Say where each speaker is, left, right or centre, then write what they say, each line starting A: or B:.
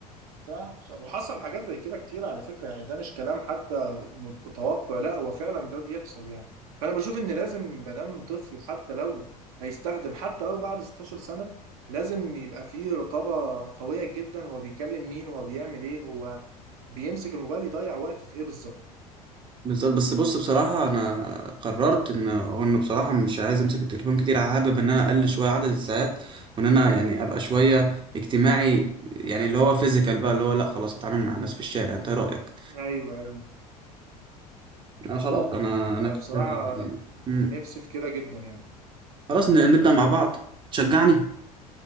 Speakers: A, on the right (about 65°); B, on the right (about 25°).
A: صح صح. وحصل حاجات زي كده كتير على فكرة يعني ده مش كلام حتى متوقع لا هو فعلا ده بيحصل يعني فأنا بشوف إن لازم مادام طفل حتى لو هيستخدم حتى لو بعد 16 سنة لازم يبقى فيه رقابة قوية جدا هو بيكلم مين هو بيعمل ايه هو بيمسك الموبايل يضيع وقتي في ايه بالظبط
B: بالظبط بس بص بصراحه انا قررت ان انه بصراحه مش عايز امسك التليفون كتير حابب ان انا اقلل شويه عدد الساعات وان انا يعني ابقى شويه اجتماعي يعني اللي هو فيزيكال بقى اللي هو لا خلاص اتعامل مع الناس في الشارع انت إيه رايك
A: ايوه ايوه
B: آه خلاص انا انا
A: انا
B: كده
A: بصراحه
B: يعني مم.
A: نفسي في كده جدا يعني
B: خلاص ن- نبدأ مع بعض تشجعني